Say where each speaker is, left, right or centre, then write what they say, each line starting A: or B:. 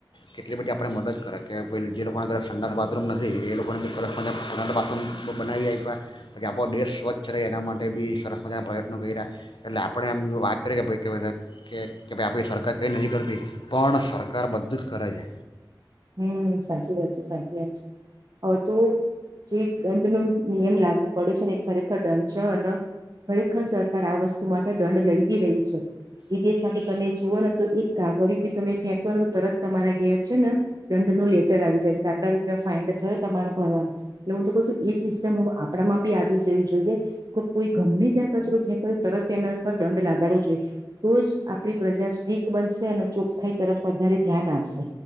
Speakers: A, on the left; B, on the right.
A: કેટલી બધી આપણે મદદ કરે કે જે લોકોના ઘરે સંડાસ બાથરૂમ નથી, એ લોકોને બી સરસ મ સડ બાથરૂમ બ બનાવી આપ્યા પછી, આપણો દેશ સ્વચ્છ રહે એના માટે બી સરસ બધાના પ્રયત્નો કરી રહ્યા એટલે આપણે એમ જો વાત કરીએ, કે ભ કે ભાઈ આપણી સરકાર કંઈ નથી કરતી પણ સરકાર બધું જ કરે છે.
B: હમ સાચી વાત છે સાચી વાત છે હવે તો જે દંડ ન નિયમ લાગવું પડે છે, ને ખરેખર દંડ છે અને ખરેખર સરકાર આ વસ્તુ માટે દંડ લઈ બ રહી છે જે દ સાથે તમે જુઓને તો એક કાગળ બી તમે ફેંકવા તો તરત તમારા ઘેર છે ને. દંડનું લેટર આવી જાય છે કે આટલા રૂપિયા ફાઇડ થયો તમારા ભરવાનું એટલે હું તો કઉ છું એ સિસ્ટમ હ આપણામાં બી આવી જવી જોઈએ કે કોઈ ગમે ત્યાં કચરો ફેંક તરત તેના પર દંડ લાગાડવો જોઈએ તો જ આપણી પ્રજા શ્ટીક બનશે અને ચોખાઈ તરફ વધારે ધ્યાન આપશે